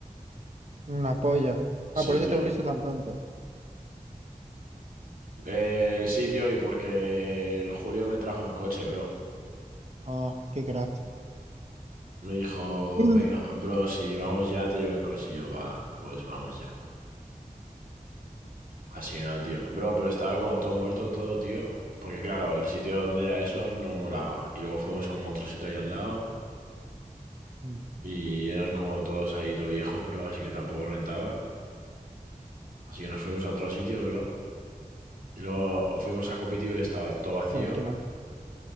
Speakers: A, on the right; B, on the right.
A: Una polla.
B: Sí,
A: Ah, por eso
B: tío.
A: te volviste tan pronto.
B: Eh, sí, tío, y porque el Julio me trajo en coche, bro.
A: Ah, qué crack.
B: Me dijo,
A: Uy.
B: venga, bro, si vamos ya, te llevo en coche. Y yo, va, pues vamos ya. Así que nada, tío. Bro, pero estaba como todo muerto, todo, tío. Porque claro, el sitio donde era eso no molaba. Y luego fuimos como a otro sitio allá al lado.
A: Sí.
B: Y eran como todos ahí, todo viejos, bro, así que tampoco rentaba. Así que nos fuimos a otro sitio, bro. Y luego fuimos a Copitiba y estaba todo vacío.
A: Joder, qué mal.